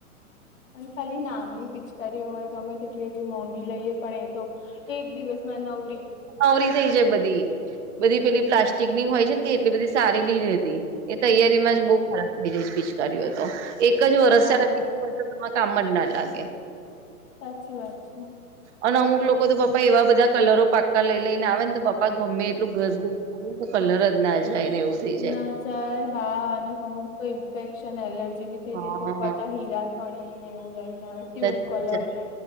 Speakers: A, on the left; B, on the right.
A: પણ ખાલી નામની પિચકારી હોય ગમે તેટલી એવી મોંઘી લઈએ. પણ, એ તો એક દિવસ માં નવરી.
B: નવરી થઈ જાય બધી. બધી પેલી પ્લાસ્ટિક ની હોય છે, ને કે એટલી બધી સારી નઈ રહેતી. એ તૈયારીમાં
A: હા
B: જ બહુ ખરાબ થઈ જાય છે પીચકારીઓ તો. એક જ વરસ
A: હા
B: છે ને બીજુ વ.. માં કામ જ ના લાગે.
A: સાચી વાત છે.
B: અને અમુક લોકો તો, બપ્પા એવા બધા કલરો પાક્કા લઈ-લઈ ને આવે ને, તો બપ્પા ગમે એટલું ઘસુ તો કલર જ ના જાય, ને એવું થઈ જાય
A: ના જાય, હા. અને અમુક તો ઇન્ફેક્શન એલર્જી ભી થઇ
B: હા
A: જાય કોક વારતા હીરા.. કણીને એવું લઈને આવે, ટ્યુબ
B: બધા
A: કલર, ને